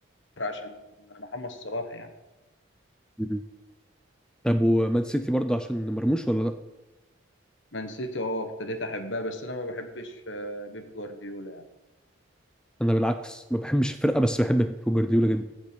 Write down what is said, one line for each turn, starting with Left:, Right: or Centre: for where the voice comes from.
Left: عشان محمد صلاح يعني
Centre: مم. طب ومان سيتي برضه عشان مرموش ولا لا
Left: مان سيتي اه ابتديت احبها بس انا ما بحبش آه، بيب جوارديولا يعني
Centre: انا بالعكس ما بحبش الفرقه بس بحب بيب جوارديولا جدا